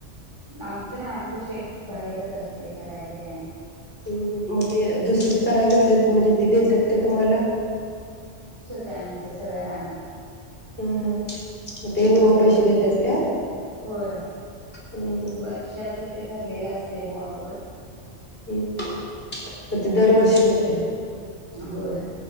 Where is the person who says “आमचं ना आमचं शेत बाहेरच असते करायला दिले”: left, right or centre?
Right